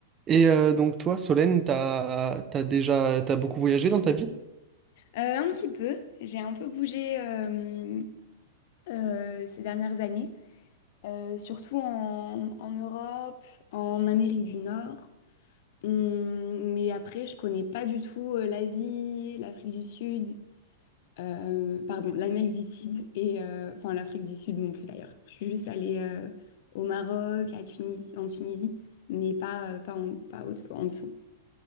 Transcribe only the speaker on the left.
Euh, un petit peu, j'ai un peu bougé euh, euh, ces dernières années, euh, surtout en, en Europe, en Amérique du Nord. Hum, mais après, je connais pas du tout euh, l'Asie, l'Afrique du Sud, euh, pardon, l'Amérique du Sud et euh, enfin l'Afrique du Sud non plus d'ailleurs. Je suis juste allée euh, au Maroc, à Tunisie, en Tunisie, mais pas, euh, pas, en, pas haute- en dessous.